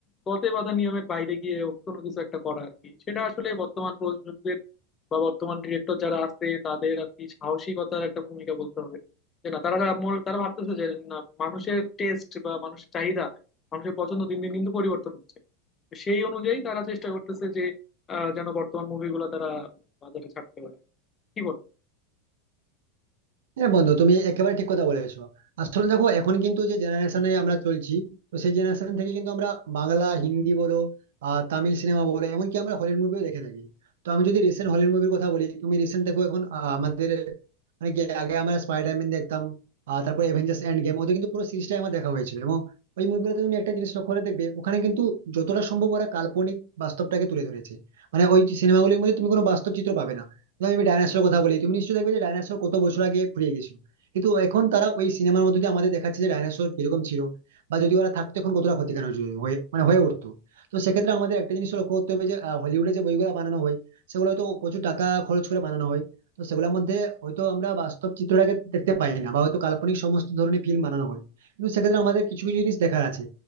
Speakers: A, on the left (about 25°); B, on the right (about 80°).
A: গতে বাঁধা নিয়মের বাইরে গিয়ে কোনো কিছু একটা করা আর কি সেটা আসলে বর্তমান প্রযোজকদের বা বর্তমান ডিরেক্টর যারা আছে তাদের আর কি সাহসিকতার একটা ভূমিকা বলতে হবে যে না তারা মনে- তারা ভাবতেছে যে না মানুষের টেস্ট বা মানুষের চাহিদা মানুষের পছন্দ দিন দিন কিন্তু পরিবর্তন হচ্ছে তো সেই অনুযায়ী তারা চেষ্টা করতেছে যে আহ, যেন বর্তমান মুভিগুলো তারা বাজারে ছাড়তে পারে কি বলো
B: হ্যাঁ বন্ধু তুমি একেবারে ঠিক কথা বলেছো আসলে দেখো এখন কিন্তু যে জেনারেশনে আমরা চলছি তো সেই জেনারেশন থেকে কিন্তু আমরা বাংলা হিন্দি বলো আহ তামিল সিনেমা বলো এমনকি আমরা হলিউড মুভিও দেখে থাকি তো আমি যদি রিসেন্ট হলিউড মুভির কথা বলি তুমি রিসেন্ট দেখো এখন আহ, আমাদের মানে কি আগে আমরা স্পাইডারম্যান দেখতাম আহ তারপর অ্যাভেঞ্জার্স এন্ড গেম ওদের কিন্তু পুরো সিরিজটাই আমার দেখা হয়েছিল এবং ওই মুভিগুলোতে তুমি একটা জিনিস লক্ষ্য করে দেখবে ওখানে কিন্তু যতটা সম্ভব ওরা কাল্পনিক বাস্তবটাকে তুলে ধরেছে মানে ওই সিনেমাগুলির মধ্যে তুমি কোনো বাস্তব চিত্র পাবে না যেমন আমি ডাইনোসরের কথা বলি তুমি নিশ্চয়ই দেখবে যে ডাইনোসর কত বছর আগে ফুরিয়ে গেছিল কিন্তু এখন তারা ওই সিনেমার মধ্যে দিয়ে আমাদের দেখাচ্ছে যে ডাইনোসর কিরকম ছিল বা যদি ওরা থাকতো এখন কতটা ক্ষতিকারক হয়ে হয়ে- মানে হয়ে উঠতো তো সেক্ষেত্রে আমাদের একটা জিনিস লক্ষ্য করতে হবে যে আহ, হলিউডে যে বইগুলো বানানো হয় সেগুলো হয়তো প্রচুর টাকা খরচ করে বানানো হয় তো সেগুলোর মধ্যে হয়তো আমরা বাস্তব চিত্রটাকে দেখতে পাই না বা হয়তো কাল্পনিক সমস্ত ধরনের ফিল্ম বানানো হয় কিন্তু সেক্ষেত্রে আমাদের কিছু কিছু জিনিস দেখার আছে